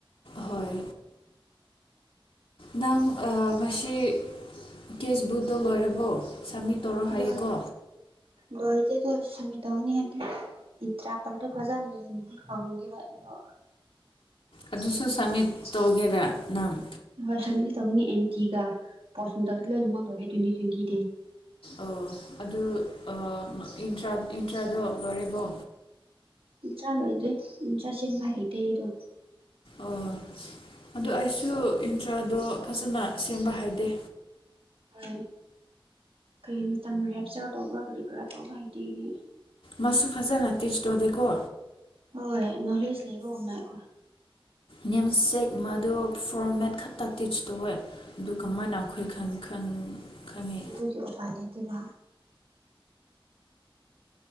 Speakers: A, on the left; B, on the right.
A: ꯍꯣꯏ ꯅꯪ ꯑ ꯉꯁꯤ ꯀꯦꯁꯕꯨꯛꯇꯣ ꯂꯣꯏꯔꯕꯣ ꯁꯝꯃꯤꯠ ꯇꯧꯔꯣ ꯍꯥꯏꯌꯦꯀꯣ
B: ꯂꯣꯢ ꯂꯣꯏꯗꯦꯗꯣ ꯁꯃꯤꯠ ꯇꯧꯅꯤ ꯍꯥꯏꯕꯅꯦ ꯏꯠꯇ꯭ꯔꯥꯄꯥꯔꯠꯇꯣ ꯐꯖꯅ ꯌꯦꯡꯗꯗꯤ ꯇꯧꯅꯤꯡꯗꯦꯕ ꯗꯣ
A: ꯑꯗꯨꯁꯨ ꯁꯝꯃꯤꯠ ꯇꯧꯒꯦꯔꯥ ꯅꯪ
B: ꯍꯣꯢ ꯁꯃꯤꯠꯇꯤ ꯇꯧꯅꯤꯡꯉꯦ ꯑꯦꯝꯇꯤꯒ <unintelligible> ꯂꯣꯏꯅꯃꯛ ꯂꯣꯏꯔꯦ ꯇ꯭ꯋꯦꯟꯇꯤ ꯇ꯭ꯋꯦꯟꯇꯤꯗꯒꯤ
A: ꯑꯣ ꯑꯗꯨ ꯑ ꯏꯟꯇ꯭ꯔꯥ ꯏꯟꯇ꯭ꯔꯥꯗꯣ ꯂꯣꯏꯔꯦꯕꯣ
B: ꯏꯟꯇ꯭ꯔꯥ ꯂꯣꯢꯗ꯭ꯔꯤ ꯏꯟꯇ꯭ꯔꯥ ꯁꯦꯝꯕ ꯍꯩꯇꯦ ꯑꯩꯗꯣ
A: ꯑꯣ ꯑꯗꯨ ꯑꯩ ꯁꯨ ꯏꯟꯇ꯭ꯔꯥꯗꯣ ꯐꯖꯅ ꯁꯦꯝꯕ ꯍꯥꯏꯗꯦ
B: ꯍꯣꯏ ꯀꯩ ꯃꯇꯝ ꯔꯦꯞꯆꯔ ꯇꯧꯕ꯭ꯔꯥ ꯀꯔꯤ ꯀꯔꯥ ꯇꯧꯕ ꯍꯩꯇꯦ ꯑꯩꯗꯤ
A: ꯃꯥꯁꯨ ꯐꯖꯅ ꯇꯤꯠꯁ ꯇꯣꯗꯦꯀꯣ
B: ꯍꯣꯏ ꯅꯣꯂꯦꯖ ꯂꯩꯕꯒꯨꯝꯅ ꯑꯩꯈꯣꯏ
A: ꯅꯤꯝ ꯆꯦꯛ ꯃꯥꯗꯨ ꯐꯣꯔꯃꯦꯠ ꯈꯛꯇ ꯇꯤꯆ ꯇꯧꯋꯦ ꯑꯗꯨ ꯀꯃꯥꯥꯏꯅ ꯑꯩꯈꯣꯏ ꯈꯪ ꯈꯪ ꯈꯪꯉꯤ
B: ꯑꯗꯨꯗꯤ ꯎꯄꯥꯢ ꯂꯩꯇꯦꯕ